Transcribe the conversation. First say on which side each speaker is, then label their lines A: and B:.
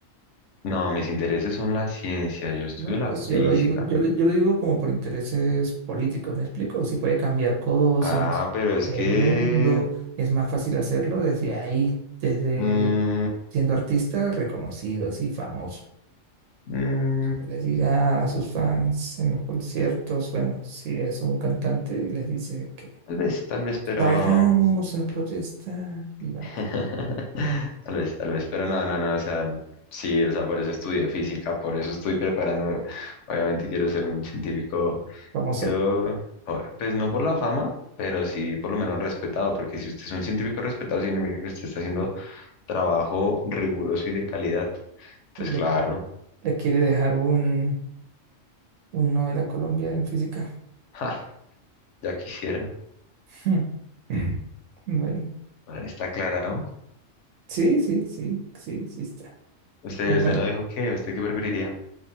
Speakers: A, on the left; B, on the right.
A: no, mis intereses son la ciencia. Yo estudio
B: ¿no?
A: la
B: Pues yo
A: física.
B: lo digo, yo, lo- yo lo digo como por intereses políticos, ¿me explico? Si puede cambiar cosas,
A: Ah, pero es
B: el
A: que
B: mundo, es más fácil hacerlo desde ahí, desde
A: Mm,
B: siendo artista reconocido, así famoso.
A: mm,
B: que les diga a sus fans en los conciertos, bueno, si es un cantante y les dice que
A: tal vez, tal vez, pero...
B: salgamos a protestar y van
A: <laughs>
B: y protestan.
A: Tal vez, tal vez, pero no, no, no, o sea, sí, o sea, por eso estudié física, por eso estoy preparando, obviamente quiero ser un científico,
B: famoso,
A: quiero, por- pues no por la fama, pero sí por lo menos respetado, porque si usted es un científico respetado, significa que usted está haciendo trabajo riguroso y de calidad, entonces
B: le,
A: claro,
B: le quiere dejar un, un Nobel a Colombia en física.
A: ja, ya quisiera,
B: <laughs> Bueno,
A: bueno, está clara, ¿no?
B: sí, sí, sí, sí, sí está.
A: Usted,
B: Bueno,
A: usted
B: bueno.
A: no dijo qué, ¿usted qué preferiría?